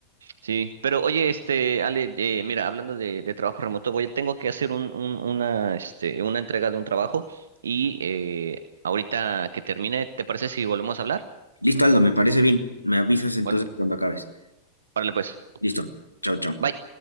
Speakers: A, on the right (about 65°); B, on the left (about 85°).
A: Sí, pero oye, este, Ale, eh, mira, hablando de, de trabajo remoto, voy, tengo que hacer un, un- una, este, una entrega de un trabajo y eh, ahorita que termine, ¿te parece si volvemos a hablar?
B: Listo, Aldo, me parece bien. Me avisas entonces
A: Bueno,
B: cuando acabes.
A: párale pues.
B: Listo. Chao, chao.
A: Bye.